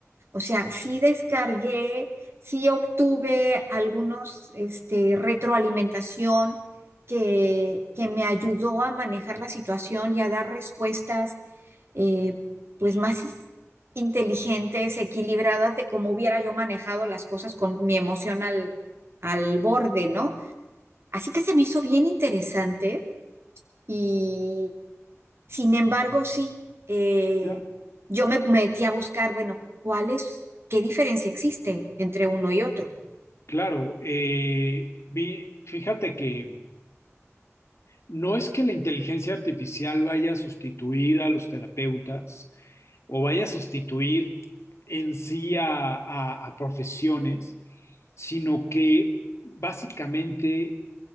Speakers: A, on the right; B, on the left.
A: O sea, sí descargué, sí obtuve algunos, este, retroalimentación que, que me ayudó a manejar la situación y a dar respuestas eh, pues más is- inteligentes, equilibradas de cómo hubiera yo manejado las cosas con mi emoción al, al borde, ¿no? Así que se me hizo bien interesante y sin embargo, sí, eh,
B: Ah,
A: yo me metí a buscar, bueno, ¿cuál es, qué diferencia existe entre uno y otro?
B: Claro, eh, vi- fíjate que no es que la inteligencia artificial vaya a sustituir a los terapeutas o vaya a sustituir en sí a, a a profesiones, sino que básicamente